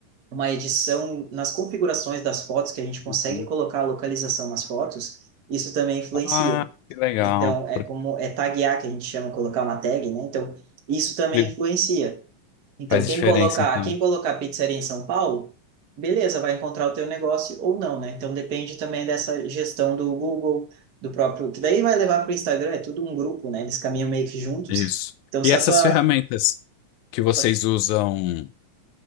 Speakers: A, on the right; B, on the left.
A: uma edição nas configurações das fotos, que a gente consegue
B: uhum.
A: colocar a localização nas fotos, isso também influencia.
B: Ah, que legal.
A: Então, é
B: Por-
A: como é taguear, que a gente chama colocar uma tag, né? Então, isso também
B: por-
A: influencia. Então,
B: Faz
A: quem
B: diferença,
A: colocar,
B: então.
A: quem colocar pizzaria em São Paulo, beleza, vai encontrar o teu negócio ou não, né? Então, depende também dessa gestão do Google, do próprio, que daí vai levar para o Instagram, é tudo um grupo, né? Eles caminham meio que juntos.
B: Isso.
A: Então,
B: E
A: se
B: essas
A: a tua,
B: ferramentas que vocês
A: Pode-
B: usam,